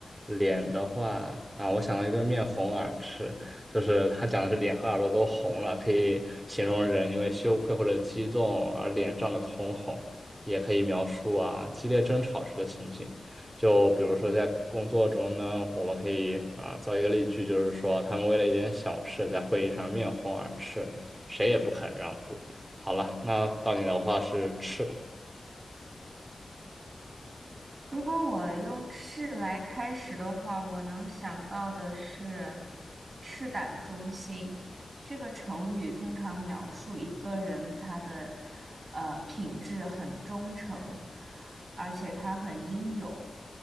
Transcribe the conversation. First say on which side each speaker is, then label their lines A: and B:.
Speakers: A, on the right; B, on the right.
A: 脸的话啊，我想到一个面红耳赤，就是他讲的是脸和耳朵都红了，可以形容人因为羞愧或者激动而脸涨得通红，也可以描述啊激烈争吵时的情景。就比如说在工作中呢，我们可以啊造一个例句，就是说他们为了一点小事在会议上面红耳赤，谁也不肯让步。好了，那到你的话是赤，
B: 如果我用赤来开始的话，我能想到的是“赤胆忠心”这个成语，通常描述一个人他的呃品质很忠诚，而且他很英勇。